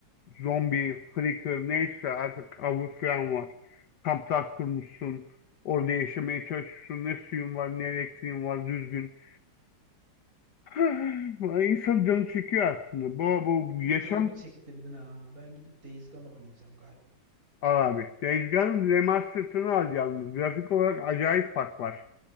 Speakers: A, on the left (about 60°); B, on the right (about 45°).
A: zombi, freaker neyse artık avı falan var. Kamplar kurmuşsun. Orada yaşamaya çalışıyorsun. Ne suyun var ne elektriğin var düzgün. <laughs> İnsan canı çekiyor aslında. Bu, bu yaşam
B: Canımı çektirdin ha. Ben gidip Days Gone oynayacağım galiba.
A: al abi. Dezgan'ın remastered'ını al yalnız. Grafik olarak acayip fark var.